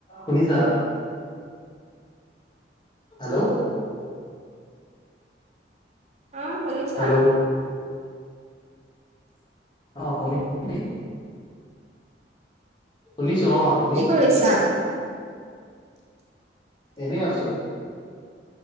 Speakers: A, on the left; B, on the right.
A: শুনিছা। হেল্ল'।
B: অ, শুনিছো।
A: হেল্ল'। অ শুনি শুনি শুনিছো অ'। তুমি?
B: কি কৰিছা।
A: এনেই আছো।